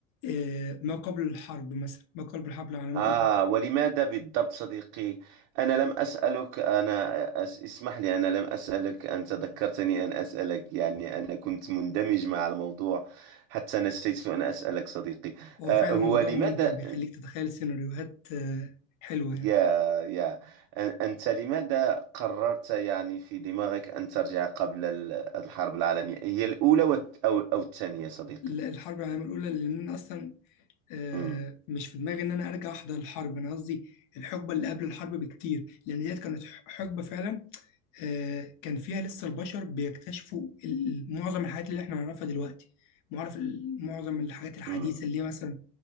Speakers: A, on the left (about 50°); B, on the right (about 45°).
A: آه، ما قبل الحرب مثلا ما قبل الحرب العالمية
B: آه
A: الأولى
B: ولماذا بالضبط صديقي؟ أنا لم أسألك أنا أس اسمح لي أنا لم أسألك أنت ذكرتني أن أسألك يعني أنا كنت مندمج مع الموضوع حتى نسيت أن أسألك صديقي
A: وهو
B: آه
A: فعلا
B: هو
A: موضوع
B: لماذا
A: ممتع بيخليك تتخيل سيناريوهات آه، حلوة
B: يا
A: يعني
B: يا أن- أنت لماذا قررت يعني في دماغك أن ترجع قبل ال- الحرب العالمية هي الأولى والت- أو أو الثانية صديقي؟
A: ل- الحرب العالمية الأولى لأن أنا أصلا آه،
B: مم.
A: مش في دماغي إن أنا أرجع أحضر الحرب أنا قصدي الحقبة اللي قبل الحرب بكتير لأن ديت كانت ح- حقبة فعلا آه، كان فيها لسه البشر بيكتشفوا ال- معظم الحاجات اللي إحنا نعرفها دلوقتي معرف معظم الحاجات الحديثة
B: مم.
A: اللي هي مثلا